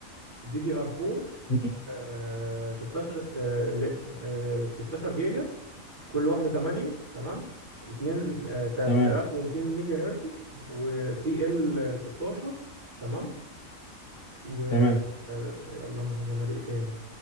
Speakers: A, on the right; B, on the left.
A: دي دي ار 4
B: مم.
A: آه 16 آه لت- آه، 16 جيجا كل واحده 8 تمام 2 آه 3200
B: تمام
A: ميجا هرتز وسي ال 16 تمام و
B: تمام
A: آه، اللهم صل على النبي إيه تاني